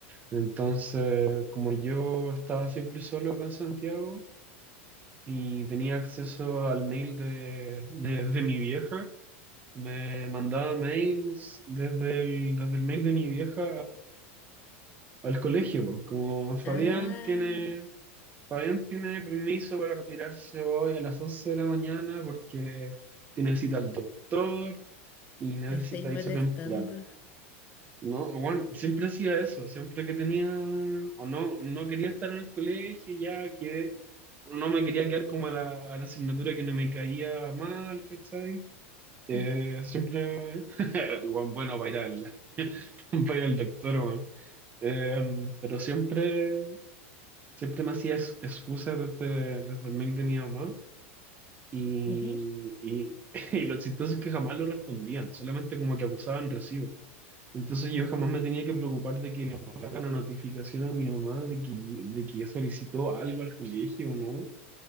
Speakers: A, on the right; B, on the left.
A: Entonces, como yo estaba siempre solo acá en Santiago y tenía acceso al mail de, de, de mi vieja, me mandaba mails desde el, desde el mail de mi vieja al colegio, po. Como Fabián
B: Ah,
A: tiene, Fabián tiene permiso para retirarse hoy a las 11 de la mañana porque tiene cita al doctor y necesita
B: me estáis molestando.
A: irse temprano. No, bueno, siempre hacía eso, siempre que tenía o no, no quería estar en el colegio, ya que no me quería quedar como a la, a la asignatura que no me caía mal, ¿cachai? Eh,
B: Ujú,
A: siempre, <laughs> el weón bueno, para ir al, <laughs> para ir al doctor, weón. Eh, pero siempre Siempre me hacía ex- excusas desde, desde el mail de mi mamá y,
B: ujú.
A: y, <laughs> y lo chistoso es que jamás lo respondían, solamente como que acusaban recibo. Entonces yo jamás me tenía que preocupar de que le llegara una notificación a mi mamá de que, de que ya solicitó algo al colegio o no.